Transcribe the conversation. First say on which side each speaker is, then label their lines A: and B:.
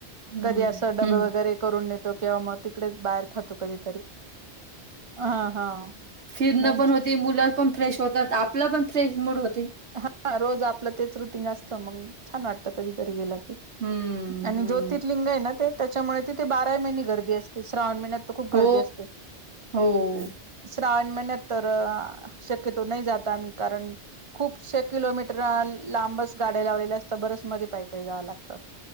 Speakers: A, on the right (about 80°); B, on the right (about 35°).
A: हम्म
B: कधी अस डब
A: हम्म
B: वगैरे करून किंवा मग तिकडेच बाहेर खातो कधीतरी हा हा
A: फिण
B: नाही
A: पण मु पण फ्रेश होतात आपला पण फ्रेश मूड होत
B: हा रोज आपलं तेच रुटीन असतं मग छान वाटत कधीतरी गेला क
A: हम्म,
B: आणि
A: हम्म.
B: ज्योतिर्लिंग आहे ना ते त्याच्यामुळे तिथे बारा महिने गर्दी असते श्रावण महिन्यात खूप गर्दी
A: हो,
B: असते
A: हो,
B: ण महिन्यात तर शक्यतो नाही जात आम्ही कारण खूपशे किलोमीटर लांबच गाड्या लावलेल्या असत बरच मध्ये पायप जावं लागतं